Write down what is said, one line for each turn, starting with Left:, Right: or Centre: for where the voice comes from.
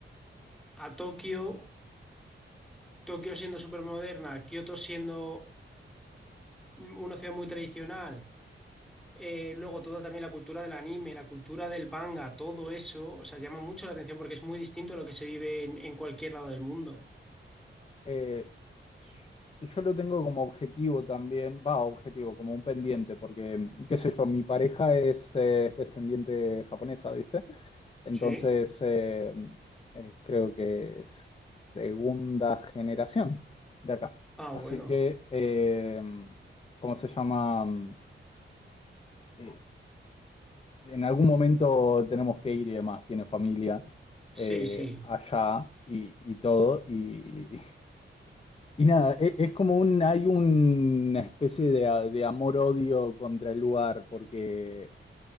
Centre: a Tokio, Tokio siendo súper moderna, Kioto siendo una ciudad muy tradicional Eh, luego todo también la cultura del anime, la cultura del manga, todo eso, o sea, llama mucho la atención porque es muy distinto a lo que se vive en, en cualquier lado del mundo.
Left: eh, yo lo tengo como objetivo también, va, objetivo, como un pendiente, porque, mm, qué sé yo, mi pareja es eh, descendiente japonesa, ¿viste? Entonces,
Centre: ¿Sí?
Left: eh, mm, eh, creo que es segunda generación de acá.
Centre: Ah,
Left: Así
Centre: bueno.
Left: que, eh, mm, ¿cómo se llama? Mm, Eh, en algún momento tenemos que ir y demás, tiene familia eh,
Centre: Sí, sí.
Left: allá y, y todo, y Y nada, e- es, como un, hay una especie de, a- de amor-odio contra el lugar, porque,